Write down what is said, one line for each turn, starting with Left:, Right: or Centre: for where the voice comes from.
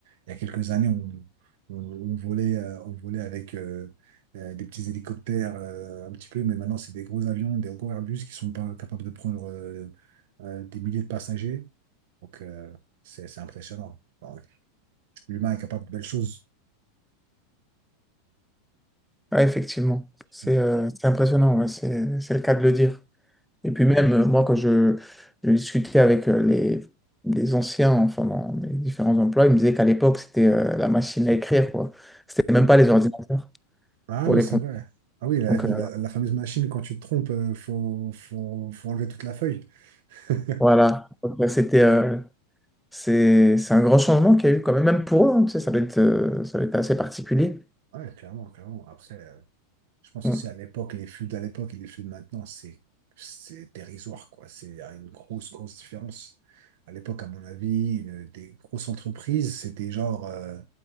Right: Il y a quelques années, on, on, on volait, euh, on volait avec euh, euh, des petits hélicoptères euh, un petit peu, mais maintenant, c'est des gros avions, des gros Airbus qui sont pas capables de prendre euh, euh, des milliers de passagers. Donc, euh, c'est c'est impressionnant. Bon, l'humain est capable de belles choses.
Centre: Ouais, effectivement, c'est
Right: Mm,
Centre: euh, c'est impressionnant, ouais, c'est c'est le cas de le dire. Et puis même, euh, moi, quand je, je discutais avec euh, les, les anciens, enfin, dans mes différents emplois, ils me disaient qu'à l'époque, c'était euh, la machine à écrire, quoi. C'était même
Right: mm,
Centre: pas les ordinateurs
Right: Ah
Centre: pour
Right: oui,
Centre: les
Right: c'est
Centre: comptes.
Right: vrai. Ah oui, la,
Centre: Donc,
Right: la-
Centre: euh,
Right: la fameuse machine, quand tu te trompes, euh, faut, faut, faut enlever toute la feuille. <laughs>
Centre: voilà. Donc, euh, c'était, euh, c'est, c'est un grand changement qu'il y a eu quand même, même pour eux, hein, tu sais, ça doit être, euh, ça doit être assez particulier.
Right: Ouais, clairement, clairement. Après, euh, je pense
Centre: Mm.
Right: aussi à l'époque, les flux d'à l'époque et les flux de maintenant, c'est, c'est dérisoire, quoi. C'est, il y a une grosse, grosse différence. À l'époque, à mon avis, une- des grosses entreprises, c'était genre, euh,